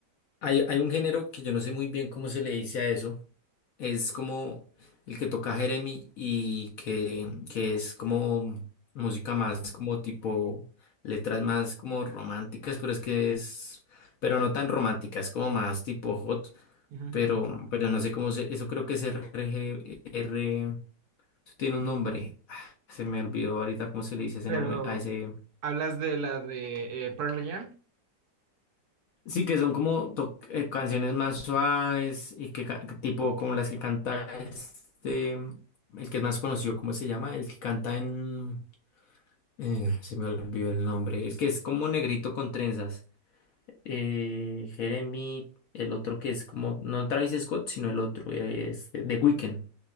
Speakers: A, on the left; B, on the right.
A: hay, hay un género que yo no sé muy bien cómo se le dice a eso es como el que toca Jeremy y que, que es como música más como tipo letras más como románticas, pero es que es, pero no tan románticas, como más tipo hot,
B: Ujú.
A: pero, pero no sé cómo se, eso creo que es RG, R, eso tiene un nombre, Ah, se me olvidó ahorita cómo se le dice ese
B: Pero...
A: nombre a ese.
B: ¿Hablas de la de eh, Pearl Jam?
A: Sí, que son como to- eh, canciones más suaves y que ca- tipo como las que canta este, el que es más conocido, ¿cómo se llama? El que canta en... eh, se me olvidó el nombre, el que es como negrito con trenzas. Eh, Jeremy, el otro que es como, no Travis Scott, sino el otro, eh, es The Weeknd.